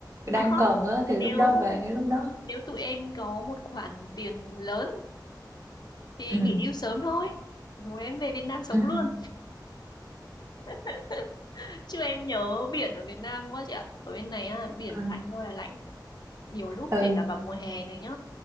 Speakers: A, on the right; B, on the left.
A: đang
B: à không,
A: cần á thì
B: nếu
A: lúc đó về ngay lúc đó
B: nếu tụi em có một khoản tiền lớn thì
A: ừ
B: nghỉ hưu sớm thôi. Rồi em về Việt Nam sống
A: ừ
B: luôn. <laughs> Chứ em nhớ biển ở Việt Nam quá chị ạ. Ở bên này á, biển
A: ừ
B: lạnh thôi là lạnh. Nhiều lúc
A: ừ
B: kể cả vào mùa hè này nhá.